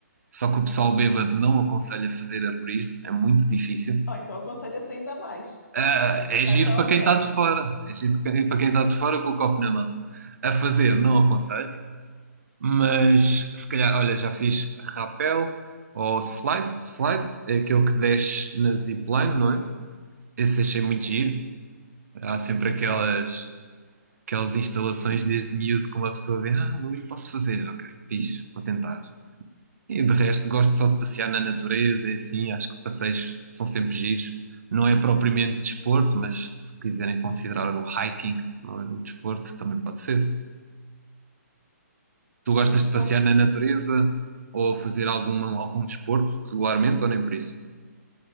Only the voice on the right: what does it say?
Só que o pessoal bêbado não aconselha fazer arborismo, é muito difícil.
Ah,
é giro
para
quem está
de fora, é giro para quem está de fora com o copo na mão. A fazer, não aconselho, mas se calhar, olha, já fiz rapel ou slide. Slide é aquele que desce na zipline, não
é? Esse achei muito
giro. Há sempre aquelas, aquelas instalações desde miúdo que uma pessoa vê, ah, ali posso fazer, ok, fiz, vou tentar. E de resto, gosto só de passear na natureza e assim, acho que passeios são sempre giros. Não é propriamente desporto, mas se quiserem considerar o hiking, não é um desporto, também pode ser. Tu gostas
de passear na natureza ou fazer alguma, algum desporto regularmente ou nem por isso?